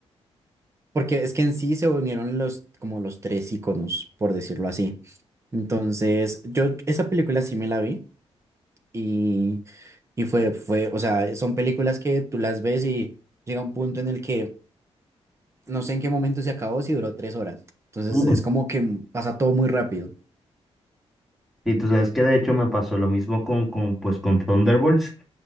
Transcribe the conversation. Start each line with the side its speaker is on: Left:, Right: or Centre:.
Right: porque es que en sí se unieron los, como los tres iconos, por decirlo así. Entonces, yo esa película sí me la vi y, y fue, fue, o sea, son películas que tú las ves y llega un punto en el que no sé en qué momento se acabó, si duró tres horas. Entonces
Centre: Mm.
Right: es como que pasa todo muy rápido.
Centre: Y tú sabes que de hecho me pasó lo mismo con, con, pues, con Thunderbolts,